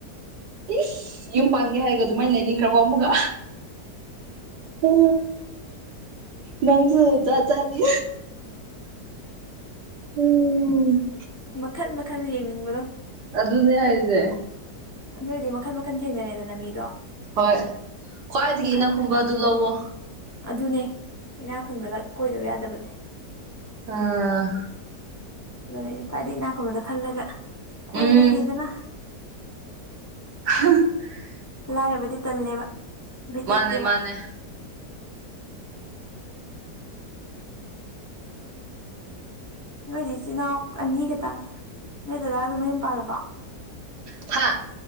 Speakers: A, on the right; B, on the left.
A: ꯏꯁ ꯌꯨꯝ ꯄꯥꯟꯒꯦ ꯍꯥꯏꯔꯒ ꯑꯗꯨꯃꯥꯏꯅ ꯂꯩꯅꯤꯡꯈ꯭ꯔꯕꯣ ꯑꯃꯒ ꯎ ꯅꯪꯁꯨ ꯖꯥꯠ ꯖꯥꯠꯅꯤ ꯎꯝ
B: ꯃꯈꯜ ꯃꯈꯜ ꯌꯦꯡꯅꯤꯡꯕꯗꯣ꯫
A: ꯑꯗꯨꯅꯦ ꯍꯥꯏꯁꯦ꯫
B: ꯑꯗꯨꯑꯣꯏꯗꯤ ꯃꯈꯟ ꯃꯈꯟ ꯊꯦꯡꯅꯔꯦꯗꯅ ꯃꯤꯗꯣ꯫
A: ꯍꯣꯏ ꯈ꯭ꯋꯥꯏꯗꯒꯤ
B: ꯃꯈꯜ
A: ꯏꯅꯛꯈꯨꯝꯕ
B: ꯃꯈꯜ ꯑꯃꯃꯨꯛ
A: ꯑꯗꯨ ꯂꯧꯋꯣ꯫
B: ꯑꯗꯨꯅꯦ ꯏꯅꯥ ꯈꯨꯟꯕ ꯀꯣꯏꯗꯕ ꯌꯥꯗꯕꯅꯦ꯫
A: ꯎꯝ꯫
B: ꯑꯗꯨꯅꯦ ꯈ꯭ꯋꯥꯏꯗꯗꯒꯤ ꯏꯅꯥꯛ ꯈꯨꯟꯕꯗꯨ ꯈꯜꯂꯒ ꯀꯣꯏꯕꯅ
A: ꯎꯝ
B: ꯐꯩꯗꯅ꯫
A: <inaudible>
B: ꯂꯥꯏꯔꯕꯗꯤ ꯇꯜꯂꯦꯕ꯫ ꯕꯤꯠ
A: ꯃꯥꯅꯦ
B: ꯂꯩꯇꯦꯕ
A: ꯃꯥꯅꯦ꯫
B: ꯅꯣꯏꯗꯤ ꯏꯆꯤꯜ ꯏꯅꯥꯎ ꯑꯅꯤ ꯈꯛꯇꯪ ꯅꯣꯏꯗꯨꯗ ꯑꯗꯨꯝ ꯃꯌꯨꯝ ꯄꯥꯜꯂꯕꯣ꯫
A: ꯐꯥ꯫